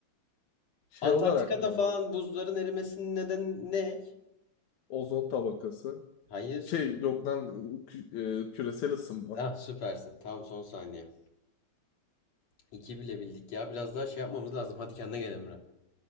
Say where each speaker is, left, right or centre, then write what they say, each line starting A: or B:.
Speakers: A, on the left; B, on the left.
A: Şey
B: Antarktika'da
A: olarak mı?
B: falan buzların erimesinin nedeni ne?
A: Ozon tabakası.
B: Hayır.
A: Şey yok lan kü- e, küresel ısınma.
B: Ah süpersin. Tamam son saniye. İki bile bildik ya. Biraz daha şey yapmamız lazım. Hadi kendine gel Emre.